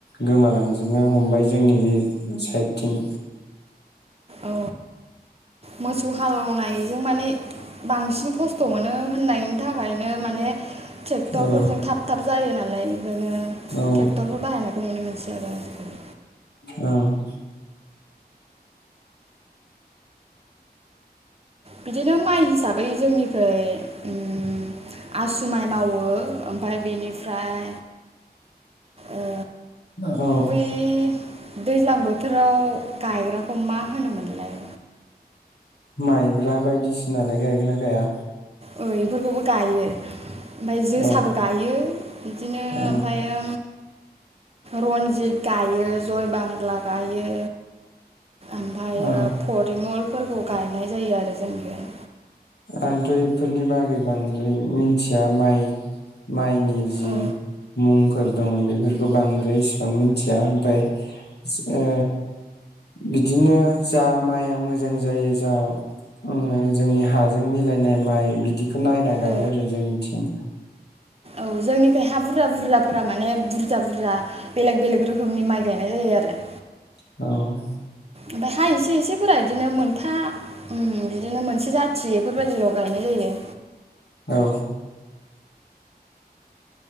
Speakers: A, on the left; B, on the right.
A: गोमालांजोबनो हमबाय जोंनि बे साइडथिं
B: औ मोसौ हालौनायजों माने बांसिन खस्थ' मोनो होननायनि थाखायनो माने ट्रेक्टरफोरजों
A: औ
B: थाब थाब जायो नालाय दिनो
A: औ
B: टेक्ट'रफोर बाहायनाय नुनो मोनसि आरो आजिखालि
A: औ <inaudible>
B: बिदिनो माइ हिसाबै जोंनिखै ओम आसु माइ मावो ओमफाय बेनिफ्राय ओ
A: औ
B: बै दैज्लां बोथोराव गायग्राखौ मा होनोमोनलाय
A: माइब्रा बायदिसिनालाय गायगोन ना गाया
B: ओ इफोरखौबो गायो। ओमफाय जोसाबो
A: औ
B: गायो बिदिनो
A: औ
B: ओमफायो रन्जित गायो जय बांला गायो। आमफायो
A: औ
B: परिमल फोरखौ गायनाय जायो आरो जोंनिखैहाय
A: आंथ' इफोरनि बागै बांद्राय मिनथिया माइ माइनि जि
B: औ
A: मुं फोर दङ बेफोरबो बांद्राय इसेबां मिन्थिया ओमफाय ओ बिदिनो जा माइआ मोजां जायो जा ओङो जोंनि हा जों मिलायनाय माइ बिदि नायना गायो
B: औ
A: आरो जोंनिथिं
B: औ जोंनिखाय हा बुरजा बुरजाफोरा माने बुरजा बुरजा बेलेग बेलेग रोखोमनि माइ गायनाय जायो आरो
A: औ
B: ओमफाय हा इसे इसेफोरा इदिनो मोनफा ओम बिदिनो मोनसे जाथि बेफोरबायदिल गायनाय जायो।
A: औ